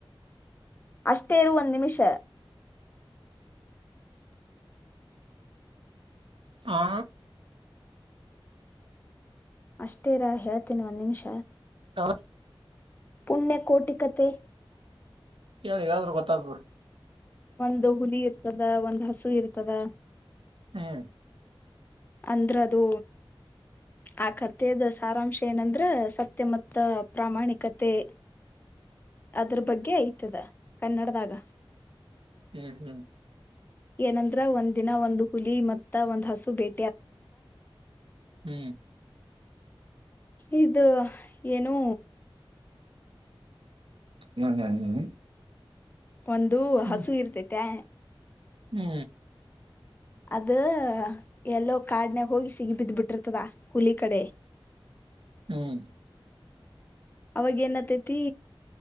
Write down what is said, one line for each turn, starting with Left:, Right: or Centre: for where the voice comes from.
Left: ಅಷ್ಟೇ ಇರು ಒಂದ್ ನಿಮಿಷ
Right: ಹಾ
Left: ಅಷ್ಟೇರಾ ಹೇಳ್ತೀನಿ ಒಂದ್ ನಿಮಿಷ
Right: ಹಾ
Left: ಪುಣ್ಯಕೋಟಿ ಕತೆ
Right: ಹೇಳು ಹೇಳಿದ್ರೆ ಗೊತ್ತಾಗುತ್ತೆ
Left: ಒಂದು ಹುಲಿ ಇರ್ತದ ಒಂದು ಹಸು ಇರ್ತದ
Right: ಹ್ಮ್
Left: ಅಂದ್ರ ಅದು ಆ ಕಥೆದ ಸಾರಾಂಶ ಏನಂದ್ರ ಸತ್ಯ ಮತ್ತ ಪ್ರಾಮಾಣಿಕತೆ ಅದ್ರ ಬಗ್ಗೆ ಆಯ್ತದ ಕನ್ನಡದಾಗ
Right: ಹ್ಮ್ ಹ್ಮ್
Left: ಏನಂದ್ರ ಒಂದ ದಿನ ಒಂದು ಹುಲಿ ಮತ್ತ ಒಂದ್ ಹಸು ಬೇ
Right: ಹ್ಮ್
Left: ಇದು ಏನೂ
Right: ಹ್ಮ ಹ್ಮ ಹ್ಮ್
Left: ಒಂದು
Right: ಹ್ಮ್
Left: ಹಸು ಇರ್ತೈತೆ
Right: ಹ್ಮ್
Left: ಅದ ಎಲ್ಲೋ ಕಾಡ್ನಾಗ ಹೋಗಿ ಸಿಗಿ ಬಿದ್ದ್ ಬಿಟ್ಟಿರ್ತದ ಹುಲಿ ಕಡೆ
Right: ಹ್ಮ್
Left: ಅವಾಗ ಏನ್ತಾಯಿತಿ